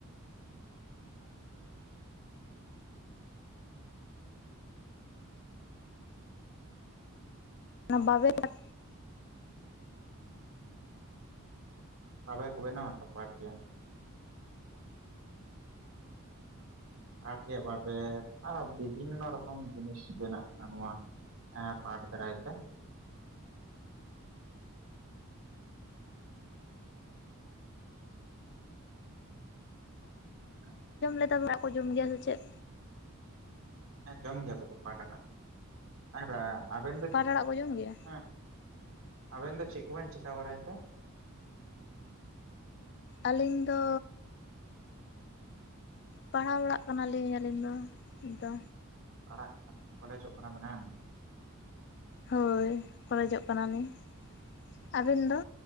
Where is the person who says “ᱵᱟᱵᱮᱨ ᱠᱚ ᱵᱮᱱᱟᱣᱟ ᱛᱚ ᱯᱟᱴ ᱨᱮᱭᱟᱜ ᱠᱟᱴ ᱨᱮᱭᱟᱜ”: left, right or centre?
Right